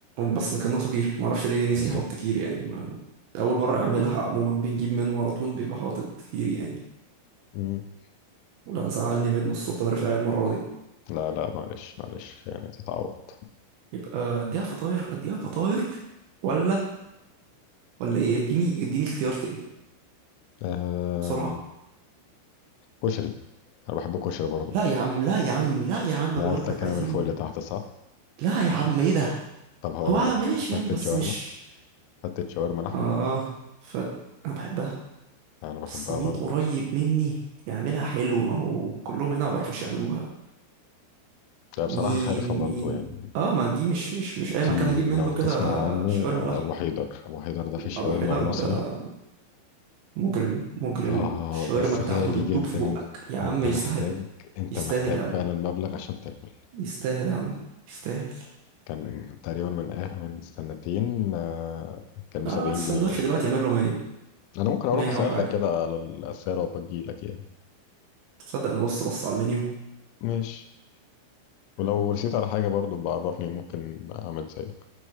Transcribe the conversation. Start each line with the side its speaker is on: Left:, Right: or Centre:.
Right: بس كان ناقصه كيري ما اعرفش ليه نسي
Left: بالظبط
Right: يحط كيري يعني ما اول مره يعملها عموما بنجيب منه على طول بيبقى حاطط كيري يعني
Left: مم.
Right: لا زعلني منه السلطان رفاعي المره دي
Left: لا لا معلش معلش يعني تتعوض
Right: يبقى اديها فطاير اديها فطاير ولا ولا ايه اديني اديني اختيار تاني
Left: آم،
Right: بسرعه
Left: كشري أنا بحب الكشري برضه
Right: لا يا عم لا يا عم لا يا عم
Left: نقلتك
Right: بقول لك
Left: أنا
Right: عايزين
Left: من فوق لتحت صح؟
Right: لا يا عم ايه ده
Left: طب هقول
Right: هو
Left: لك
Right: ماشي
Left: فتة
Right: يعني بس
Left: شاورما
Right: مش
Left: فتة شاورما لحمة
Right: اه فت انا بحبها
Left: أنا بحبها
Right: بس مين
Left: برضه
Right: قريب مني يعملها حلو ما هو كلهم هنا ما بيعرفوش يعملوها
Left: لا
Right: مين
Left: بصراحة حارفة برضه
Right: مين
Left: يعني
Right: اه ما دي مش مش مش اي
Left: في
Right: مكان اجيب منه
Left: لو
Right: كده
Left: تسمع عنه
Right: شاورما
Left: آه،
Right: لحم
Left: أبو حيدر أبو حيدر ده في الشاورما
Right: ابو حيدر
Left: المصري
Right: ده مجرم مجرم
Left: اه
Right: الشاورما
Left: بس
Right: بتاعته
Left: غالي
Right: بتدوب
Left: جدا
Right: في بقك
Left: انت
Right: يا عم
Left: انت
Right: يستحق
Left: محتاج انت
Right: يستاهل
Left: محتاج
Right: يا عم
Left: فعلا مبلغ عشان تاكل
Right: يستاهل يا عم يستاهل
Left: كان تقريبا من آه من سنتين آه، كان ب
Right: اه
Left: 70
Right: السندوتش
Left: جنيه
Right: دلوقتي يعمل له 100
Left: انا ممكن اروح
Right: 100
Left: اسالك
Right: وحاجه
Left: كده على الاسعار وابجي لك يعني
Right: تصدق انا بص بص على المنيو
Left: ماشي ولو رسيت على حاجه برضو بعرفني ممكن اعمل زيك